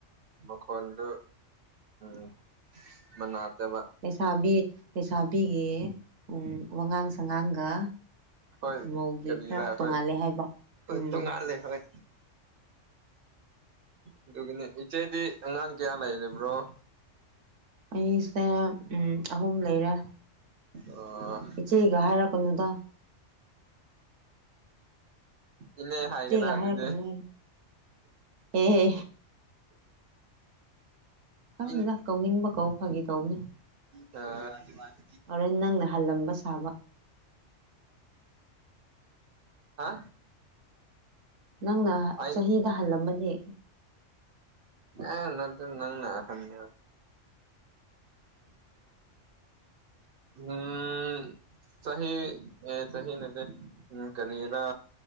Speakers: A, on the right; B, on the right.
A: ꯃꯈꯗꯨ ꯎꯝ ꯃꯅꯥ ꯇꯕ
B: ꯂꯩꯁꯥꯕꯤ ꯂꯩꯁꯥꯕꯤꯒꯤ ꯋꯥꯉꯥꯡ ꯁꯉꯥꯡꯒ
A: ꯍꯣꯏ
B: ꯃꯧꯒꯤ
A: ꯀꯔꯤ
B: ꯈꯔ
A: ꯔ
B: ꯇꯣꯡꯉꯥꯜꯂꯦ
A: ꯍꯣꯏ
B: ꯍꯥꯏꯕ
A: ꯍꯣꯏ
B: ꯎꯝ
A: ꯇꯣꯉꯜꯂꯦ ꯍꯣꯏ꯫ ꯑꯗꯨꯒꯤꯅꯦ ꯏꯆꯦꯗꯤ ꯑꯉꯥꯡ ꯀꯌꯥ ꯂꯩꯔꯕ꯭ꯔꯣ꯫
B: ꯑꯩꯁꯦ ꯑꯍꯨꯝ ꯂꯩꯔꯦ
A: ꯑꯥ
B: ꯏꯆꯦꯒ ꯍꯥꯏꯔꯛꯀꯅꯨꯗ꯫
A: ꯏꯅꯦ ꯍꯥꯏꯒꯦꯔꯥ
B: ꯏꯆꯦꯒ
A: ꯑꯗꯨꯗꯤ
B: ꯍꯥꯏꯔꯛꯄꯅ ꯍꯥꯏ ꯑꯦꯍꯦ ꯈꯪꯗꯦꯗ
A: ꯏꯟ
B: ꯀꯧꯅꯤꯡꯕ ꯀꯧ ꯐꯥꯒꯤ ꯇꯧꯕꯅꯤ꯫
A: ꯇ ꯃꯥꯅꯤ ꯃꯥꯅꯤ꯫
B: ꯍꯣꯔꯦꯟ ꯅꯪꯅ ꯍꯜꯂꯝꯕ ꯁꯥꯕ꯫
A: ꯍꯥ
B: ꯅꯪꯅ
A: ꯑꯩ
B: ꯆꯍꯤꯗ ꯍꯜꯂꯝꯃꯅꯤ
A: ꯑꯦ ꯅꯇ ꯅꯪꯅꯗꯔꯤ ꯎꯝ ꯁꯍꯤ ꯁꯍꯤ ꯅꯠꯇꯦ ꯎꯝ ꯀꯔꯤꯔ